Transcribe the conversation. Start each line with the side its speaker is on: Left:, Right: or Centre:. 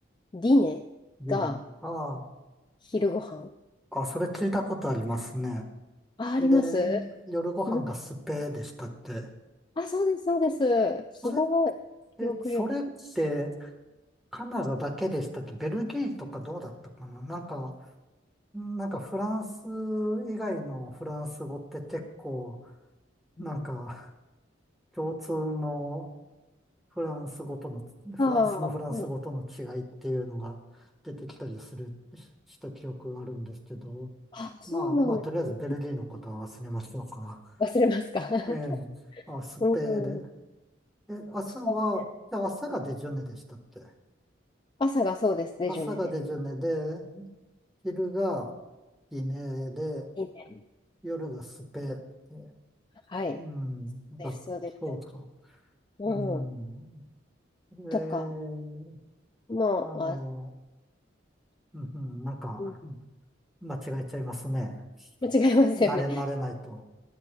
Left: ディネが
Centre: でも、あ
Left: 昼ご飯。
Centre: あ、あ、それ聞いたことありますね。
Left: あ、あります
Centre: で、夜ご飯がスペでしたって。
Left: うんあ、そうです、そうです。すごい。
Centre: それっ
Left: 記憶力。
Centre: て、それって、カナダだけでしたっけベルギーとかどうだったかななんか、なんかフランス以外のフランス語って結構、なんか
Left: うん
Centre: 共通のフランス語との、フランスのフランス語との違いっていうのが出てきたりする、
Left: ああ、はい。
Centre: しした記憶があるんですけど、
Left: あ、そうなんですね。
Centre: まあまあ、とりあえずベルギーのことは忘れましょうか。
Left: 忘れますか。<laughs>
Centre: ええ、あ、スペーで。
Left: うん。
Centre: え、朝は、
Left: そうね
Centre: じゃ朝がデジュネでしたっけ
Left: 朝がそうですね。
Centre: 朝がデジュネで、
Left: デジュネで。
Centre: 昼がギネで、
Left: いいね。
Centre: 夜がスペー。
Left: はい。
Centre: うん、
Left: です、
Centre: だ、
Left: そうです。
Centre: そうか。
Left: うん。
Centre: うん。えー、
Left: とか、もう、
Centre: あの、
Left: あ、
Centre: うん、うんなんか、
Left: うん、
Centre: 間違えちゃいますね。
Left: 間違いますよね。
Centre: 慣れ慣れないと。